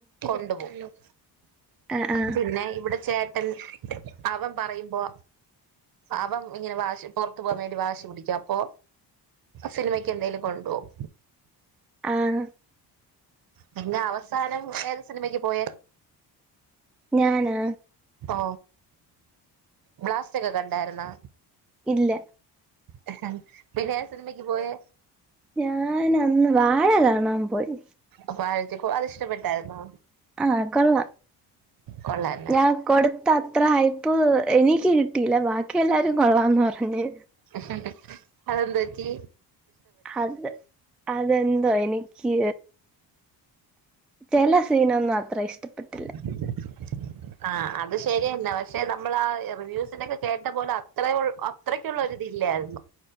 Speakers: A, on the right; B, in the centre.
A: കൊണ്ടു പോകും
B: ആ ആ
A: പിന്നെ ഇവിടെ ചേട്ട എ അവൻ പറയുമ്പോ അവൻ ഇങ്ങനെ വാശി പുറത്ത് പോകാൻ വേണ്ടി വാശി പിടിക്കും അപ്പൊ സിനിമയ്ക്ക് എന്തേലും കൊണ്ടോവും
B: ആഹ
A: പിന്നെ അവസാനം ഏത് സിനിമയ്ക്ക് പോയേ
B: ഞാനാ
A: ഓ ബ്ലാസ്റ്റക്കെ കണ്ടാരുന്നാ
B: ഇല്ല
A: എ ഹ പിന്നെ ഏത് സിനിമക്ക് പോയെ
B: ഞാൻ അന്ന് വാഴ കാണാൻ പോയി
A: അപ്പഴക്ക അത് ഇഷ്ടപ്പെട്ടായിരുന്നോ
B: ആഹ കൊള്ളാം
A: കൊള്ളായി
B: ഞാൻ കൊടുത്ത അത്ര ഹൈപ്പ് എനിക്ക് കിട്ടീല ബാക്കി എല്ലാരും കൊള്ളാംന്ന് പറഞ്ഞ്
A: അ ഹ അതെന്തുപ്പറ്റി
B: അത് അത് അതെന്തോ എനിക്ക് ചെല സീനൊന്നും അത്ര ഇഷ്ടപ്പെടട്ടി
A: <unintelligible> ആ അത് ശരിയന്ന പക്ഷെ നമ്മൾ ആ റിവ്യൂസിനൊക്കെ കേട്ട പോലെ അത്രേ ഉള്ള അത്രയ്ക്കുള്ള ഒര് ഇതില്ലായിരുന്നു